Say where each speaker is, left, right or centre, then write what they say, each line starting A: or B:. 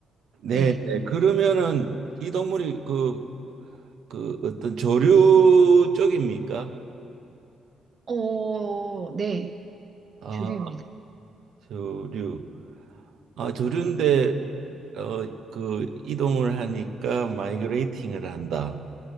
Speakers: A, on the right; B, on the right.
A: 네,
B: 네.
A: 네. 그러면은 이 동물이 그, 그 어떤 조류 쪽입니까?
B: 어, 네.
A: 아,
B: 주류입니다.
A: 조류. 아, 조류인데 어, 그 이동을 하니까 마이그레이팅을 한다.